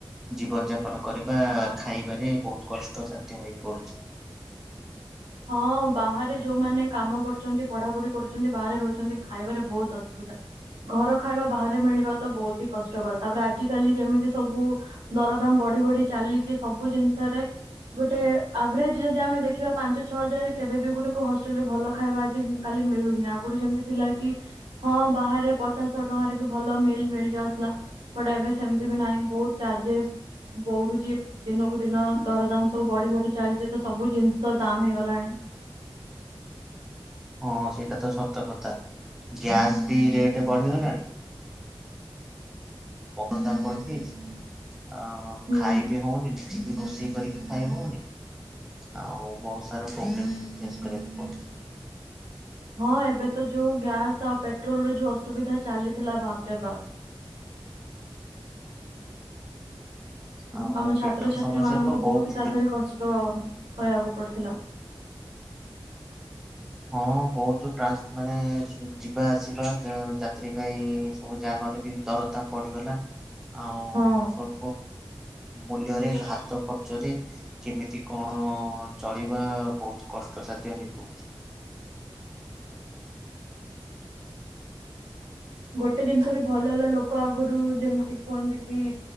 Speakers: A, in the centre; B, on the right.
A: ଜୀବନଯାପ କରିବା
B: ହଁ।
A: ଖାଇବାରେ ବହୁତ କଷ୍ଟସାଧ୍ୟ ହେଇପଡୁଛି।
B: ହଁ ବାହାରେ ଯୋଉମାନେ କାମ କରୁଛନ୍ତି ପଢାପଢି କରୁଛନ୍ତି ବାହାରେ ରହୁଛନ୍ତି ଖାଇବାରେ ବହୁତ ଅସୁବିଧା। ଘର ଖାଇବା ବାହାରେ ମିଳିବା ତ ବହୁତ ହି କଷ୍ଟକର ତାପରେ ଆଜିକାଲି ଯେମିତି ସବୁ ଦରଦାମ ବଢି ବଢି ଚାଲିଛି ସବୁ ଜିନିଷରେ। ଗୋଟେ ଆଭରେଜ ଯଦି ଆମେ ଦେଖିବା ପାଞ୍ଚ ଛଅ ହଜାରରେ କେବେ ବି ଗୋଟେ କୋଉ ହଷ୍ଟେଲ ରେ ଭଲ ଖାଇବା ଆଜି କାଲି ମିଳୁନି ଆଗରୁ ଯେମିତି ଥିଲା କି ହଁ ବାହାରେ ପଚାଶ ଶହ ଟଙ୍କାରେ ବି ଭଲ ମିଲ୍ ମିଳି ଯାଉଥିଲା। ବଟ ଏବେ ସେମିତି ବି ନାହିଁ ବହୁତ ଚାର୍ଜେସ୍। ବଢୁଛି ଦିନକୁ ଦିନ ଦରଦାମ ସବୁ ବଢି ବଢି ଚାଲିଛି ତ ସବୁ ଜିନିଷ ଦାମ ହେଇ ଗଲାଣି।
A: ହଁ ସେଇଟା ତ ସତ କଥା ଗ୍ୟାସ୍ ବି ରେଟ୍ ବଢିଗଲାଣି। ବହୁଦାମ ବଢଯାଇଛି ଆ
B: ହୁଁ
A: ଖାଇ ବି ହଉନି। <unintelligible> ରୋଷେଇ କରିକି ଖାଇ ହଉନି। ଆଉ ବହୁତ ସାରା ପ୍ରୋବଲେମ୍ ଫେସ କରିବାକୁ ପଡଚି।
B: ହଁ ଏବେ ତ ଯୋଉ ଗ୍ୟାସ ଆଉ ପେଟ୍ରୋଲ ର ଯୋଉ ଅସୁବିଧା ଚାଲିଥିଲା ବାପ ରେ ବାପ୍।
A: ହଁ। ଆଉ
B: ଆମ ଛାତ୍ରଛାତ୍ରୀ
A: ପେଟ୍ରୋଲ ସମସ୍ୟା
B: ମାନଙ୍କୁ
A: ତ
B: ବହୁତ ତା
A: ପେ
B: ଦେହରେ କଷ୍ଟ ସହିବାକୁ ପଡିଥିଲା।
A: ହଁ ବହୁତ ଟ୍ରାକ୍ସ ମାନେ ଯିବା ଆସିବା ଯାତ୍ରୀ ପାଇଁ ସବୁ ଯାନରେ ବି ଦର ଦାମ ବଢିଗଲା, ଆଉ
B: ହଁ
A: ମୂଲ୍ୟରେ ହାତ ଖର୍ଚ୍ଚରେ କେମିତି କଣ ଚଳିବା ବହୁତ କଷ୍ଟସାଧ୍ୟ ହେଇପଡୁଛି।
B: ଗୋଟେ ଜିନିଷ ବି ଭଲ ହେଲା ଲୋକ ଆଗରୁ ଯେମିତି କୁହନ୍ତି କି